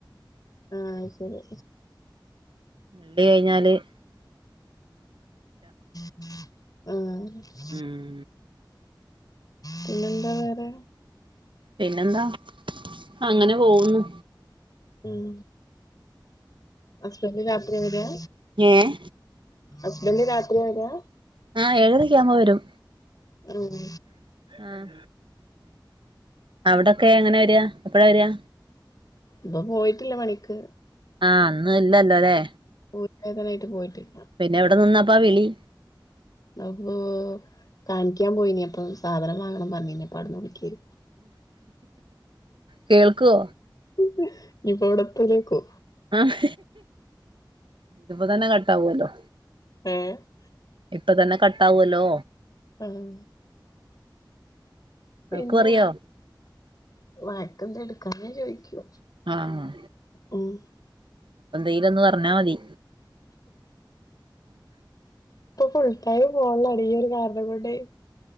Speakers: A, on the left (about 50°); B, on the right (about 80°).
A: ആഹ് അയ്ശരി.
B: ള്ളി കഴിഞ്ഞാല് ഇല്ല.
A: ആഹ്.
B: ഉം.
A: പിന്നെന്താ വേറെ.
B: പിന്നെന്താ അങ്ങനെ പോകുന്നു.
A: ഉം, ഹസ്ബൻഡ് രാത്രിയാ വര്യാ.
B: ഏഹ്
A: ഹസ്ബന്റ് രാത്രിയാ വര്യാ
B: ആഹ് ഏഴരയൊക്കെ ആവുമ്പ വരും
A: ഉം
B: ആഹ് അവിടൊക്കെ എങ്ങനെയാ വരിക എപ്പഴാ വരിക.
A: ഇപ്പോ പോയിട്ടില്ല പണിക്ക്.
B: ആഹ് ഇന്ന് ഇല്ലല്ലോ അല്ലേ.
A: <inaudible> പോയിട്ടില്ല
B: പിന്നെ എവിടെ നിന്നപ്പാ വിളി.
A: അപ്പോ കാണിക്കാൻ പോയിനീ അപ്പോ സാധനം വാങ്ങണം പറഞ്ഞിനി അപ്പവുടന്ന് വിളിക്ക.
B: കേൾക്കോ.
A: ഇഞ്ഞ് ഇപ്പോവിടത്തുലേക്കു.
B: ആഹ് ഇതിപ്പോ തന്നെ കട്ടാവല്ലോ.
A: എ
B: ഇപ്പ തന്നെ കട്ടാവുവല്ലോ.
A: ഉം പിന്നെ
B: ആൾക്കും അറിയോ
A: വഴക്കം എന്ത എടുക്കാഞ്ഞത് ചോയിക്കോ
B: ആഹ്
A: ഉം.
B: എന്തയിലും ഒന്ന് പറഞ്ഞാ മതി.
A: ഇപ്പോ ഫുൾ ടൈം ഫോണിലാണ് ഈ ഒരു കാരണം കൊണ്ട്.